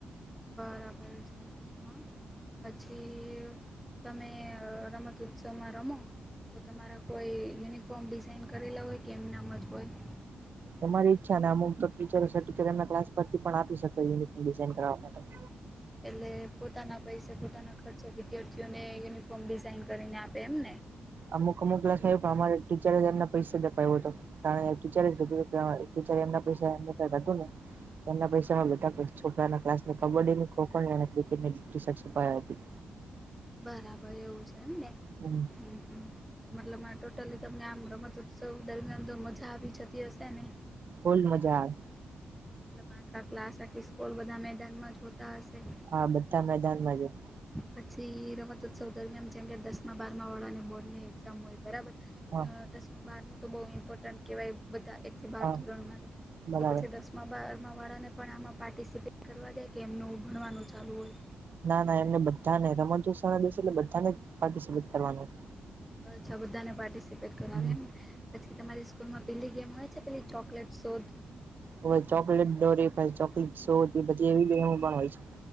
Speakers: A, in the centre; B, on the right.
A: બરાબર છે. હા, હા. પછી તમે અહ રમત ઉત્સવમાં રમો તો તમારા કોઈ યુનિફોર્મ ડિઝાઇન કરેલા હોય કે એમ નામ જ હોય?
B: તમારી ઈચ્છા ને હું તો ટીચર ટીચર એમના ક્સ પર થી પણ આપી શક યુનિફોર્મ ડિઝાઇન કરવવા માટે.
A: એટલે પોતાના પૈસા પોતાના ખર્ચા વિદ્યાર્થી, ઓને યુનિફોર્મ ડિઝઇન કરીને આપે એમ ને?
B: અમુક અમુક ક્લાસમાં એવું પણ અમારે ટીચરે એમને પૈસા જ અપાવ્યો હતો કાર ટીચરે જ કીધું એ ત્યાં ટીચર એમના પૈસા એમને કઈ હતું ને તો એના પૈસામાં બધા છોકરા ક્સ ને કબડ્ડી ખોખો અને ક્રિકેટ ની ટીશર્ટસ અપાય આપી.
A: બરાબર એવું છે એમ ને?
B: હમ્મ.
A: હમ્મ, હમ્મ. તો મતલબ આ ટોટલી તમને આમ રમત ઉત્સવ દરમિયાન તો મજા આવી જતી હશે ને?
B: ફુલ મજા આવે.
A: મતલબ આખા ક્લાસ આખી સ્કૂલ બધા મેદાનમાં હોતા હશે?
B: હા, બધા મેદાનમાં જ હોય.
A: પછી રમતોત્સવ દરમિયાન જેમ કે દસ બારમા વડાને બોર્ડ ની એક્ઝામ હોય બરાબર.
B: હા
A: અહ દસમું બાર નું તો બહુ ઇમ્પોર્ટન્ટ કવાય બધા એક થી બાર
B: હા
A: ધોરણ મારું
B: બરાબર
A: તો પછી દસ માં બારમાં વાળાને પણ આમાં પાર્ટિસિપેટ કરવા દે કે એમનું ભણવાનું ચાલુ હોય?
B: ના ના એમને બધાને રમત જો શાળા દેશે એટલે બધાને પાર્ટિસપેટ કરવાનું.
A: અચ્છા બધાને પાર્ટિસિપેટ કરાવી
B: હમ
A: એમને? પછી તમારી સ્કૂલમાં પેલી ગેમ હોય છે પેલી ચોકલેટ શોધ
B: હો ચોકલેટ ડોરી પાહિ ચોકલેટ શો બધી એવી ગેમો પણ હોય છે.